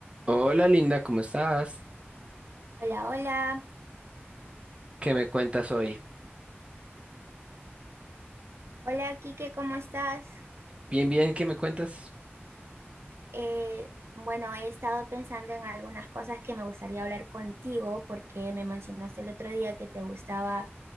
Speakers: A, on the right (about 25°); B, on the right (about 70°).
A: Hola linda, ¿cómo estás?
B: Hola, hola.
A: ¿Qué me cuentas hoy?
B: Hola, Kike. ¿cómo estás?
A: Bien, bien, ¿qué me cuentas?
B: Eh, bueno, he estado pensando en algunas cosas que me gustaría hablar contigo porque me mencionaste el otro día que te gustaba,